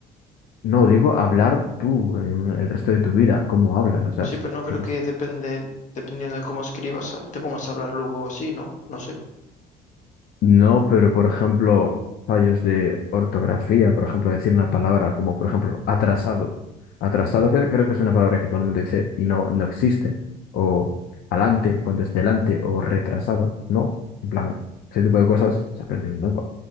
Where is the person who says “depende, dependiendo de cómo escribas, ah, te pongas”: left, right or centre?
Left